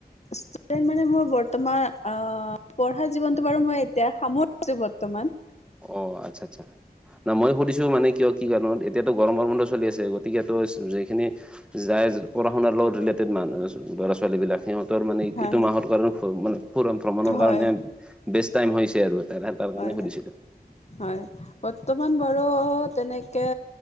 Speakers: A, on the left; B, in the centre.
A: ষ্টুডেন্ট মানে, মোৰ বৰ্তমান অ'! পঢ়া জীৱনটো বাৰু মই, এতিয়া সামৰিছোঁ বৰ্তমান।
B: অ'! আচ্ছা, আচ্ছা। না মই সুধিছোঁ মানে, কিয় কি কাৰণত? এতিয়াতো গৰমৰ বন্ধ চলি আছে। গতিকে, ত' যিখিনি যায়। পঢ়া- শুনাৰ লগত ৰিলেটেড মানুহ, ল'ৰা- ছোৱালীবিলাক। সিহঁতৰ মানে,
A: হয়
B: এইটো
A: হয়
B: মাহৰ কাৰণে মানে ভ্ৰমণৰ
A: হয়
B: কাৰণে, বেষ্ট টাইম হৈছে আৰু। তাৰ কাৰণে
A: হয় হয়
B: সুধিছিলোঁ।
A: হয়! বৰ্তমান বাৰু তেনেকে,